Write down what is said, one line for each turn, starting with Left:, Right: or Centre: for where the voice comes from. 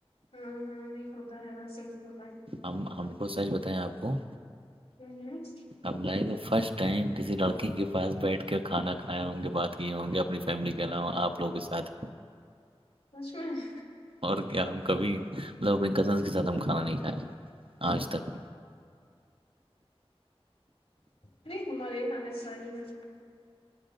Left: ہاں ہاں نہیں کھا ہے وسرچ کا ہے
Right: ہم ہم کو سچ بتائیں آپ کو
Left: ہوں ہوں <inaudible>
Right: اب لائف فرسٹ ٹائم کسی لڑکی کے پاس بیٹھ کے کھانا کھایا ان کے بات یہ ہوں گے اپنی فیملی کے علاوہ آ لوگ کے ساتھ
Left: مش میں <unintelligible>
Right: اور کیا ہم کبھی مطلب اپنے کزن کے ساتھ ہم کھانا نہیں کھائے آج تک
Left: ہم ہمارے یہاں ایسا ہی ہے